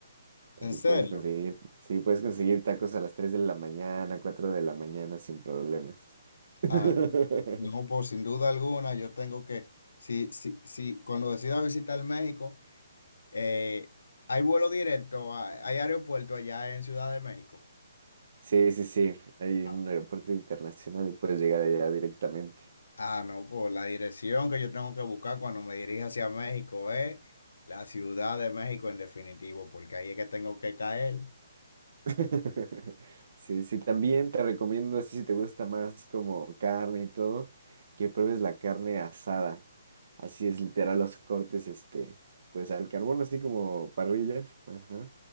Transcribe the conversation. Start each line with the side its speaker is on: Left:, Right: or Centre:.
Right: Así
Left: ¿En serio?
Right: puedes conseguir, sí, puedes conseguir tacos a las 3 de la mañana, 4 de la mañana sin problemas. <laughs>
Left: Ah, no, no, pues sin duda alguna, yo tengo que, si, si, si cuando decida visitar México, eh, hay vuelo directo, hay hay aeropuerto allá en Ciudad de México.
Right: Sí, sí, sí. Hay
Left: Ah,
Right: un aeropuerto internacional y puedes llegar allá directamente.
Left: Ah, no, pues la dirección que yo tengo que buscar cuando me dirija hacia México es la Ciudad de México en definitivo, porque ahí es que tengo que caer.
Right: <laughs> Sí, sí, también te recomiendo, así si te gusta más como carne y todo, que pruebes la carne asada. Así es, literal, los cortes, este, pues al carbón, así como parrilla. Ajá.